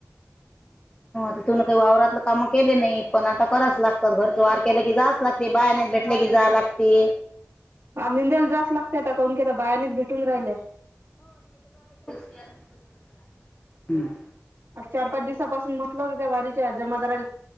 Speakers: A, on the left; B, on the right.
A: तिथून काही वावरातलं काम केले नाही पण आता कराच लागत घरच वार केलं की जाच लागते बाहेर नाही भेटले कि जा लागते
B: ह निंदायला जास्त लागते आता काून कीता बायानेत भेटून राहिल
A: ह हम्म
B: आता चार पाच दिवसापासून म्हटलं होत त्या वारीच्या जमादरा